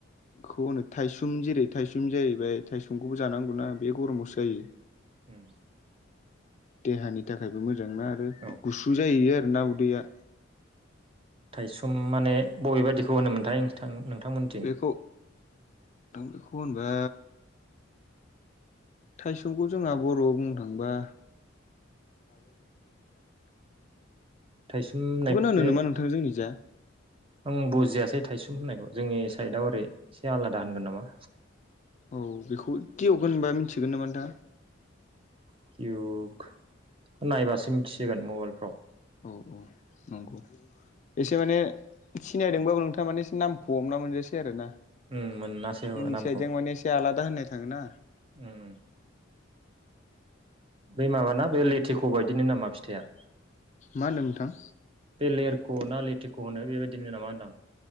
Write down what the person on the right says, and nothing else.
उम
औ
थाइसुम माने बबेबायदिखौ होनोमोनथायां नोंथांमोन?
थाइसोमनायखौसो
आं बुजियासै थायसुम होननायखौ जोंनि साइदआव ओरै एसे आलादा होनगोन नामा?
कगखौ नायबासो मिथिसिगोन मबाइलफ्राव।
उम मोनासै आङो
नामखौ
उम बै माबाना बे लेथिख' बायदिनो नामा फिथाइआ?
बे लेरखौ ना लेथिखौ होनो बेबायदिनो नामा होनदां